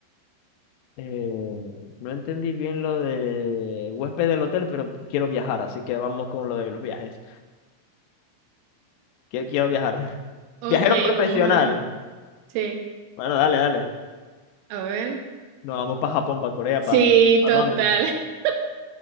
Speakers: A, on the left; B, on the right.
A: Eh, no entendí bien lo de huésped del hotel, pero quiero viajar, así que vamos con lo de los viajes. Qui- Quiero, viajar. <laughs>
B: Ok,
A: Viajero profesional.
B: vamos a ver. Sí,
A: Bueno, dale, dale.
B: a ver.
A: Nos vamos para Japón, para Corea,
B: Sí,
A: para
B: total.
A: Londres.
B: <laughs>